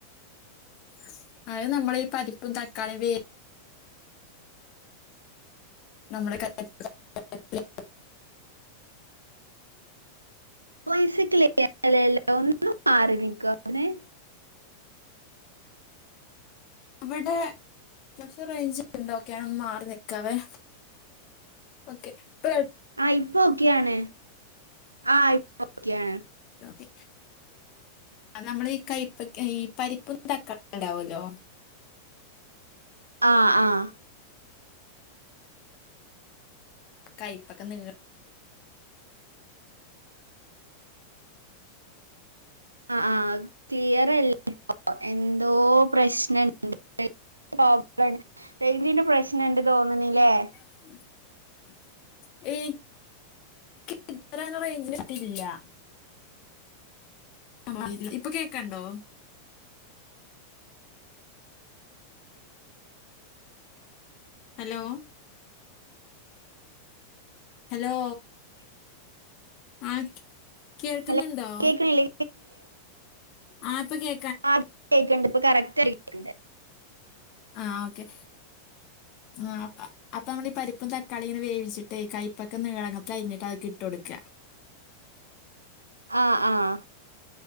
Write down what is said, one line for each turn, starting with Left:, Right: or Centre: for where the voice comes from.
Left: <inaudible> അത് നമ്മള് ഈ പരിപ്പും തക്കാളിയും വേ ഞമ്മളെ ക <unintelligible>
Right: വോയിസ് ക്ലിയറല്ലല്ലോ ഒന്ന് മാറി നിക്കോ അവ്ട്ന്ന് <inaudible>
Left: ഇവടെ അത്യാവശ്യം റേജ്ജ്ണ്ട് ഒക്കെ ഒന്ന് മാറി നീക്കാവേ ഓക്കെ, ഇപ്പ കേ
Right: ആഹ് ഇപ്പൊക്കെയാണ്, ആഹ് ഇപ്പൊക്കെയാണ്.
Left: ഒക്കെ. നമ്മളെ ഈ കൈപ്പക്ക ഈ പരിപ്പും തക്കാളീം ഇണ്ടാവല്ലോ
Right: ആഹ് ആഹ്
Left: കൈപ്പക്ക നീ
Right: ആഹ് ആഹ് ക്ലിയറല്ലല്ലോ എന്തോ പ്രശ്ന <unintelligible> പ്രോബ്ലംണ്ട്‌ റെയ്ജിന്റെ പ്രശ്നം ഉണ്ട്‌ തോന്ന്ണ്ല്ലേ
Left: <unintelligible> <unintelligible> ഇപ്പ കേൾക്കണ്ടോ ഹലോ ഹലോ, ആഹ് കേ കേൾക്ക്ന്ന്ണ്ടോ,
Right: ഹലോ കേക്ക്ണില്ലേ
Left: ആഹ് ഇപ്പ കേ
Right: ആഹ് കേക്ക്ണ്ട് ഇപ്പ കറക്റ്റായി കേൾക്ക്ണ്ട്.
Left: ആഹ് ക്കെ. ആഹ് അ അപ്പ നമ്മള് ഈ പരിപ്പും തക്കാളിയിങ്ങനെ വേവിച്ച്ട്ടേ കൈപ്പക്ക നീളങ്ങത്തിലരിഞ്ഞ്ട്ട് അഴഞ്ഞിട്ട് അതിക്ക് ഇട്ട് കൊടുക
Right: ആഹ് ആഹ്.